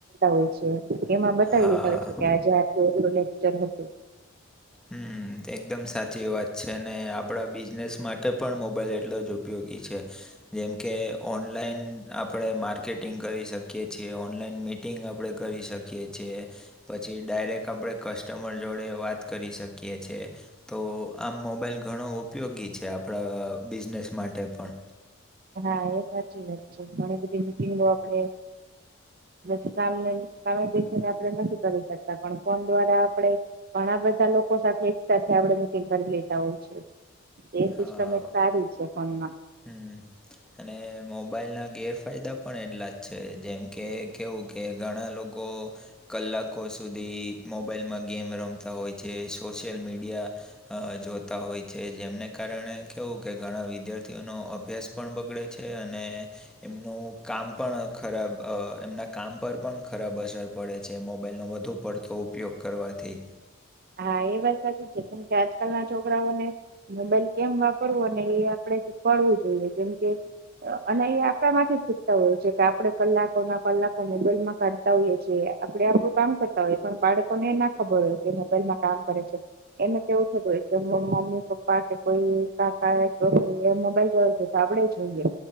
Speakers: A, on the right; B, in the centre.
A: હોય છે એમાં બતાવી
B: હા.
A: દે હોય છે કે આજે આટલું લેકચર હતું.
B: હમ તે એકદમ સાચી વાત છે ને આપણા બિઝનેસ માટે પણ મોબાઈલ એટલો જ ઉપયોગી છે. જેમકે ઓનલાઈન આપણે માર્કેટિંગ કરી શકીએ છીએ ઓનલાઈન મી કટિંગ આપણે કરી શકીએ છીએ પછી ડાયરેક્ટ આપણે કસ્ટમર જોડે વાત કરી શકીએ છીએ. તો આમ મોબાઈલ ઘણો ઉપયોગી છે આપણા બિઝનેસ માટે પણ.
A: હા એ સાચી વા છે ઘણી બધી મીટિંગો આપડે સા સામે બેસીને આપણે નથી કરી શકતા પણ ફોન દ્વારા આપણે પણ આ બધા લોકો સાથે એક સાથે આપડ મીટિંગ કરી લેતા હોય છે. એ સિસ્ટમ
B: હા
A: એક સારી છે ફોન માં
B: હમ અને મોબાઈલ ના ગેરફાયદા પણ એટલા જ છે જેમ કે કેવું કે કે ઘણા લોકો કલાકો સુધી મોબાઈલમાં ગેમ રમતા હોય છે સોશિયલ મીડિયા અ જોતા હોય છે જેમને કારણે કેવું કે ઘણા વિદ્યાર્ તેનો અભ્યાસ પણ બગડે છે અને એમનું કામ પણ ખરાબ અ એમના કામ પર પણ ખરાબ અસર પડે છે. મોબાઈલનો વધુ પડતો ઉપયોગ કરવાથી
A: હા એ વાત સાચી છે કેમ કે આજકાલના છોકરાઓને મોબાઈલ કેમ વાપરવો ને એ આપડણે શીખવાડવું જોઈએ કેમ કે અને એ આપડા માંથી જ શીખતા હોય છે કે આપણે કલાકો ના કલાકો મોબાઈલમાં કાઢતા હોઈએ છીએ આપણે આપણું કામ કરતા હોઈએ પણ બાળકોને ના ખબર હોય કે મોબાઈલમાં કામ કરે છે. એને કેવું થતું એક તો મમ મમ્મી પપ્પા કે કોઈ કાકા ગમે ઈ એ મોબાઈલ જોવે છે તો આપડે જોઈએ.